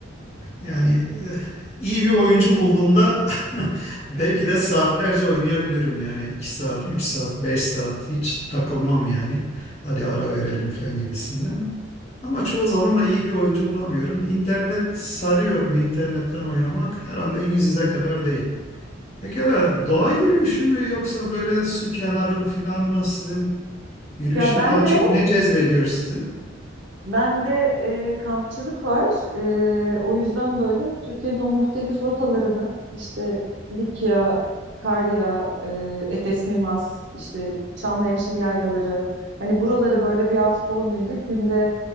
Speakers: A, on the left; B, on the right.
A: Yani eh, iyi bir oyuncu bulduğumda <laughs> belki de saatlerce oynayabilirim. Yani 2 saat, 3 saat, 5 saat hiç takılmam yani. Hadi ara verelim falan gibisinden. Ama çoğu zaman da iyi bir oyuncu bulamıyorum. İnternet sarıyor mu? İnternetten oynamak herhalde yüz yüze kadar değil. Peki öyle doğa yürüyüşü mü yoksa böyle su kenarı falan mı sizin yürüyüşte
B: Ya ben
A: daha
B: de
A: çok ne cezbediyor sizi?
B: Bende e, kampçılık var. E, o yüzden böyle Türkiye'nin o muhtelif rotalarını işte Likya, Karya, e, Efes Mimas, işte Çamlıhemşin yaylaları. Hani buraları böyle bir hafta 10 günde günde